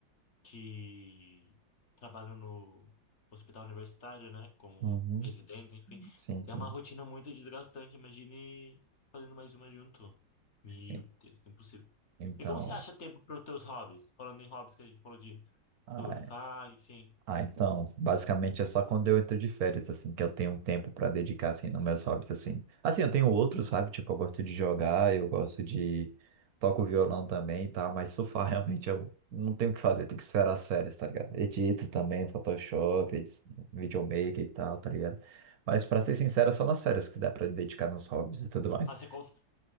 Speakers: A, on the left; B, on the right.
A: que trabalham no hospital universitário, né, como
B: Uhum.
A: residente, enfim.
B: Sim, sim.
A: É uma rotina muito desgastante, imagine fazendo mais uma junto. Meu
B: E-
A: Deus, é impossível.
B: Então,
A: E como você acha tempo para os teus hobbies? Falando em hobbies que a gente falou de
B: ah,
A: surfar, enfim.
B: Ah, então, basicamente é só quando eu entro de férias, assim, que eu tenho um tempo pra dedicar, assim, nos meus hobbies, assim. Assim, eu tenho outros, sabe? Tipo, eu gosto de jogar, eu gosto de... Toco violão também e tal, mas surfar <laughs> realmente eu não tenho o que fazer, eu tenho que esperar as férias, tá ligado? Edito também, Photoshop, edit- videomaker e tal, tá ligado? Mas pra ser sincero, é só nas férias que dá pra dedicar nos hobbies e tudo mais.
A: Mas você, cons